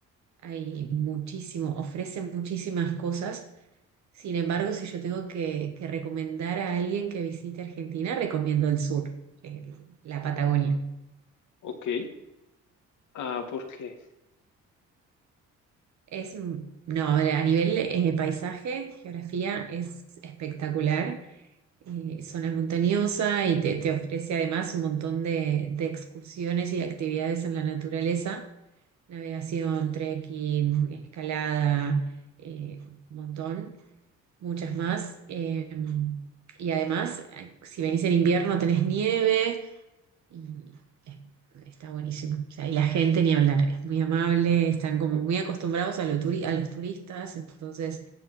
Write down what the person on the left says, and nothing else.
Ok, ah, ¿por qué?